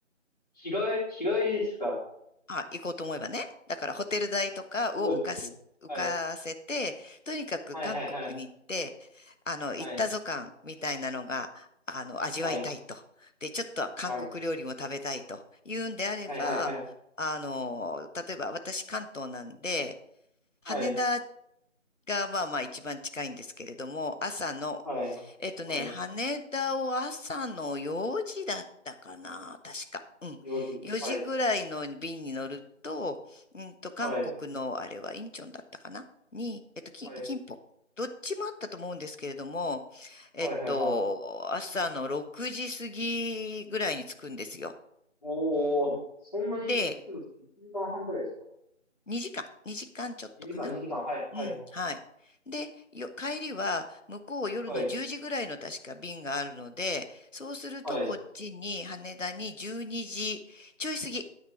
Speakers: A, on the left (about 35°); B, on the left (about 75°).
A: 日帰り、日帰りですか
B: あ、行こうと思えばね。だからホテル代とかを浮かし、
A: すごいですね。
B: 浮かせて、
A: はい。
B: とにかく韓国に行って、
A: はいはいはい。
B: あの、行ったぞ感みたいなのが、
A: はい。
B: あの、味わいたいと。
A: はい。
B: で、ちょっと韓国料理も食べたいというんであれば、
A: はいはいはい。
B: あの、例えば私関東なんで、羽田
A: はい。
B: がまあまあ一番近いんですけれども、朝の、
A: はい。はい。
B: えっとね、
A: はい。
B: 羽田を朝の4時だったかな、確か。うん。
A: 夜。
B: 4時ぐらいの便に乗ると、
A: はい。
B: うんと、韓国のあれはインチョンだったかなに、
A: はい。
B: えっと、キン、
A: はい。
B: キンポ。どっちもあったと思うんですけれども、えっと、
A: はいはいはい。
B: 朝の6時過ぎぐらいに着くんですよ。
A: おー、そんなにすぐ、
B: で、
A: 1時間半ぐらいですか
B: 2時間、2時間ちょっとかな。
A: ?2 時間、2時間。はい。
B: うん、
A: はいはい。
B: はい。で、よ、帰りは向こう夜の10時ぐらいの確か便があるので、
A: はい。
B: そうするとこっちに羽田に12時ちょい過ぎ、
A: はい。